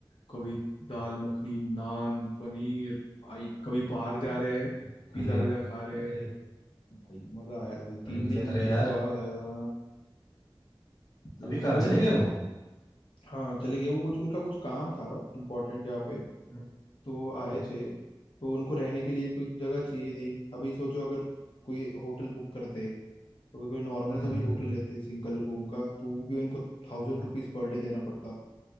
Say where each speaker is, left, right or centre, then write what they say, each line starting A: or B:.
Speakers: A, on the left (about 85°); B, on the left (about 45°).
A: कभी दाल मखनी नान पनीर भाई कभी बाहर जा
B: हाँ,
A: रहे हैं
B: बढ़िया
A: पिज्जा विज़ा खा रहे
B: अरे
A: हैं भाई मजा आया था भाई
B: बड़े
A: तीन
B: मजे
A: दिन
B: करे
A: जो
B: यार
A: स्वाद आया था फिर
B: अभी कहाँ
A: वही
B: चले
A: न-
B: गए वो
A: हाँ चले गए वो कुछ उनका कुछ काम था इम्पोर्टेंट यहाँ पे
B: हम्म,
A: तो वो आए
B: अच्छा
A: थे तो उनको रहने के लिए कोई जगह चाहिए थी अभी सोचो अगर कोई होटल बुक करते अगर कोई नॉर्मल
B: हम्म
A: सा भी
B: हम्म
A: होटल लेते सिंगल रूम का तो वो भी उनको थाउजेंड
B: हम्म,
A: रुपीज पर डे देना पड़ता